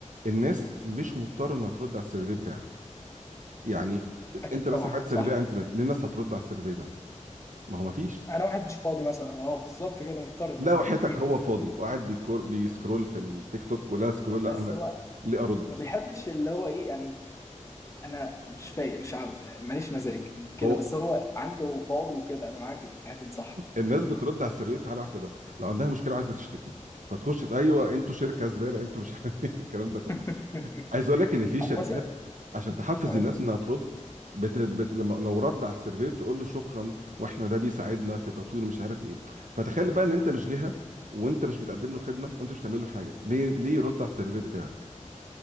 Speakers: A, on the right (about 75°); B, on the left (about 25°).
A: الناس مش مضطره انها ترد على السيرفي بتاعك يعني
B: اكيد
A: انت مثلا
B: طبعا
A: عملت سيرفي
B: صح
A: على الانترنت ليه الناس هترد على السيرفي ده ما هو ما فيش
B: انا واحد مش فاضي مثلا اه بالظبط كده نفترض
A: لا
B: مثلا
A: وحياتك
B: مم.
A: هو فاضي وقاعد بيكور بيسكرول في التيك توك ولا سكرول
B: بس
A: لا انا
B: هو
A: ليه ارد
B: ما بيحبش اللي هو ايه يعني انا مش فايق مش عاوز ماليش مزاج كده
A: هو
B: بس هو عنده فاضي وكده انا معاك في الحته دي صح
A: الناس بترد على السيرفي في حاله واحده بس لو عندها مشكله وعايزه تشتكي فتخش ت- ايوه انتوا شركه زباله انتوا مش <laughs> عارف إيه، الكلام ده كله
B: <laughs>
A: عايز اقول لك ان في
B: أو
A: شركات
B: مثلا
A: عشان تحفز
B: تمام
A: الناس انها ترد بت... بت... لما لو رد على السيرفي تقول له شكرا واحنا ده بيساعدنا في تطوير مش عارف ايه فتخيل بقى ان انت مش جهه وانت مش بتقدم له خدمه وانت مش بتعمل له حاجه ليه ليه يرد على السيرفي بتاعك